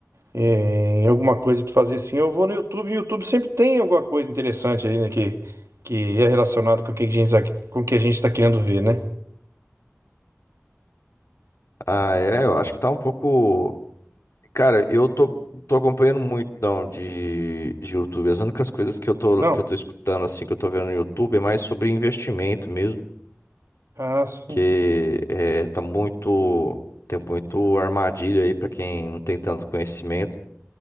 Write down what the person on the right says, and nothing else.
É, em alguma coisa de fazer assim, eu vou no YouTube. O YouTube sempre tem alguma coisa interessante ali, né? Que, que é relacionado com o que a gente, tá- com o que a gente está querendo ver, né?
Não?
Ah, sim.